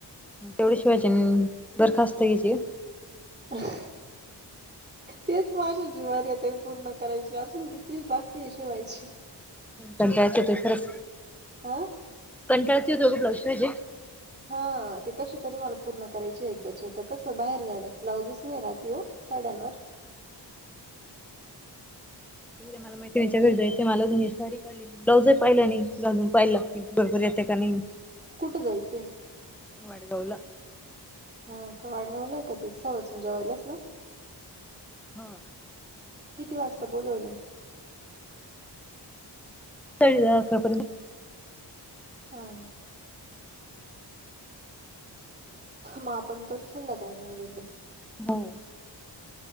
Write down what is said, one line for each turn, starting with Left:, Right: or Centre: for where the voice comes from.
Centre: तेवढ्या शिवायची बरखास्त घ्याची
Right: <unintelligible> तेच माझ्या जीवारता पूर्ण करायची अजून किती बाकी शिवायची
Centre: कंटाळच ते खरंच
Right: हा
Centre: कंटाळचे खरेच
Right: हा ते कसे तरी मला पूर्ण करायचे एकदाचीता कसं बाहेर जायला ब्लाउजस नाही राहते हो साड्यांवर
Centre: मला माहिच्या घर जायचेमला साडी का ब्लाऊजही पाहिलं नाही घालून पाहिला क बरोबर येते का नाही
Right: कुठं जायचं
Centre: मडगवला
Right: <unintelligible>
Centre: हां
Right: किती वाजता बोलवले
Centre: तरी दहा अकरा पयत
Right: ह मग आपण करू सध्याकाळी नाही वैद्य
Centre: हो